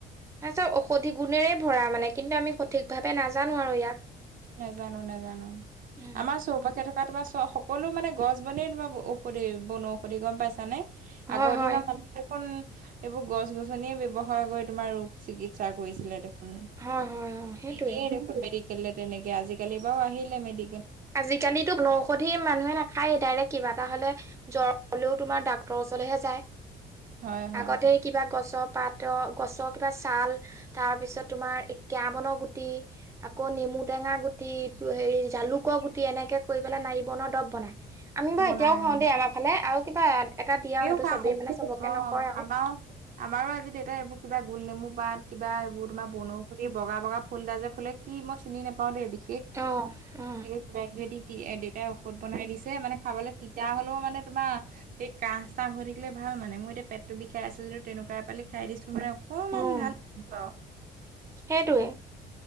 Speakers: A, on the right; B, on the right.
A: হয় চব ঔষধি গুণেৰে ভৰা মানে কিন্তু আমি সঠিকভাৱে নাজানো আৰু ইয়াক।
B: নাজানো, নাজানো।
A: উম,
B: আমাৰ চৌপাশে থক থকা তোমাৰ চব সকলো মানে গছ বনেই তোমাৰ ঔষধি বনঔষধি গম পাইছা নে?
A: হয়
B: আগৰ
A: হয়
B: দিনা মানে দেখোন এইবোৰ গছ-গছনিয়ে ব্যৱহাৰ কৰি তোমাৰ ৰোগ চিকিৎসা কৰিছিলে দেখোন।
A: হয় হয় অ সেইটোৱে
B: নিনিয়েই দেখোন মেডিকেললে তেনেকে। আজি-কালি বাও আহিলে মেডি
A: আজি-কালিটো বনৌষধি মানুহে নাখায়েই ডাইৰেক কিবা এটা হলে জ্বৰ হ'লেও তোমাৰ ডাক্তৰৰ ওচৰলৈহে যায়।
B: হয় হয়
A: আগতে কিবা গছৰ পাত অ গছৰ কিবা ছাল তাৰ পিছত তোমাৰ এ কেৰা বনৰ গুটি আকৌ নেমু টেঙা গুটি টো হেৰি জালুক ক গুটি এনেকে কৰি পেলাই নাৰি বনৰ দৰৱ বনায়। আমি বাৰু
B: বনাই
A: এতিয়াও খাওঁ
B: অ
A: দেই আমাৰ ফালে আৰু কিবা এটা দিয়ে
B: আমিও
A: আৰু সেইটো
B: খাও
A: চবেই
B: <unintelligible>
A: মানে চবকে
B: অ
A: নকয় আৰু
B: আমাৰো আমাৰো আজি দেতাই এইবোৰ কিবা গুল নেমু পাত কিবা এইবোৰ তোমাৰ বনৌষধি বগা বগা ফুল এটা যে ফুলে কি মই চিনি নাপাওঁ দেই বিশেষ।
A: অহ অ।
B: ধেই কিবা কিবি দি টি দেতাই ঔষধ বনাই দিছে মানে খাবলৈ তিতা হ'লেও মানে তোমাৰ সেই কাঁহ-চাহ হৈ থাকিলে ভাল মানে। মই এতিয়া পেটটো বিষাই আছে যদিও তেনেকুৱা এপালি খাই দিছো মানে অকমান
A: উম
B: ভাল, অ।
A: সেইটোৱে,